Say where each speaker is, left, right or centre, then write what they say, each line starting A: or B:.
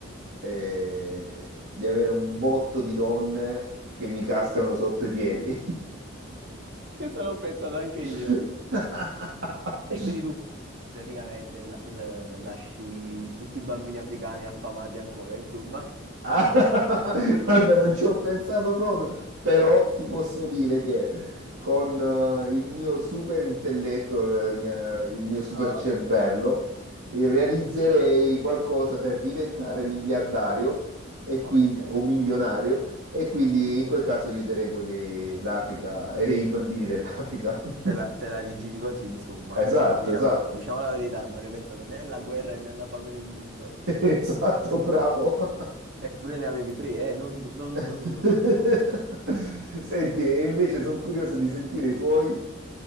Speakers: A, on the right (about 75°); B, on the right (about 60°).
A: eh, di avere un botto di donne che mi cascano
B: <laughs>
A: sotto i piedi.
B: Questo l'ho pensato anche
A: <laughs>
B: io. E quindi tu praticamente la- la- lasci tutti i bambini africani affamati ancora, insomma. <laughs>
A: Ah, <laughs> guarda, non ci ho pensato proprio, però ti posso dire che con eh, il mio super intelletto, la mia- il mio super
B: Ah,
A: cervello,
B: ok,
A: eh, realizzerei qualcosa per diventare miliardario e
B: ok.
A: quindi, o milionario, e quindi in quel caso aiuterei poi le- l'Africa e i bambini dell'Africa. <laughs>
B: Te la, te la rigiri così, insomma.
A: Esatto,
B: Diciamo,
A: esatto,
B: diciamo la verità, non hai pensato né alla guerra né alla fame nel mondo.
A: <laughs> esatto, bravo.
B: Eppure ne avevi tre, eh, non, non uno
A: <laughs>
B: solo.
A: Senti, e invece sono curioso di sentire i tuoi.